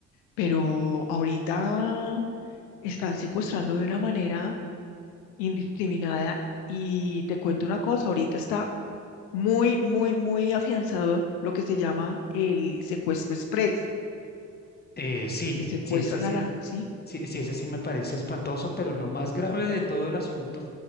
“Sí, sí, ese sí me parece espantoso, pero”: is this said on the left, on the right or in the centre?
Left